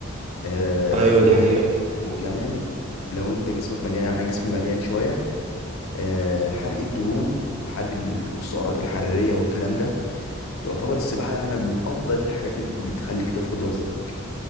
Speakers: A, on the left; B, on the right.
A: آه
B: أيوة دي حقيقة
A: وكمان لو انت جسمك مليان يعني انا جسمي مليان شوية آه حرق الدهون وحرق ال- والسعرات الحرارية والكلام ده تعتبر السباحة يعني من افضل الحاجات اللي بتخليك تفقد وزنك